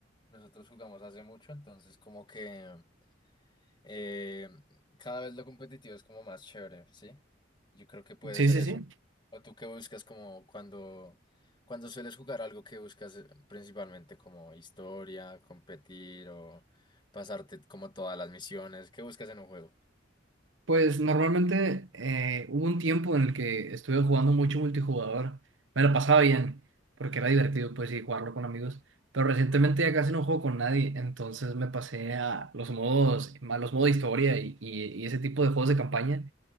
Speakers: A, on the left; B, on the right.
A: nosotros jugamos hace mucho, entonces como que eh, cada vez lo competitivo es como más chévere, ¿sí? Yo creo que puede
B: Sí,
A: ser
B: sí,
A: eso.
B: sí.
A: ¿O tú qué buscas como cuando, cuando sueles jugar algo que buscas eh, principalmente como historia, competir o pasarte como todas las misiones? ¿Qué buscas en un juego?
B: Pues normalmente eh, hubo un tiempo en el que estuve jugando mucho multijugador. Me lo pasaba bien, porque era divertido, pues, y jugarlo con amigos. Pero recientemente ya casi no juego con nadie, entonces me pasé a los modos, a los modos de historia y, y, y ese tipo de juegos de campaña.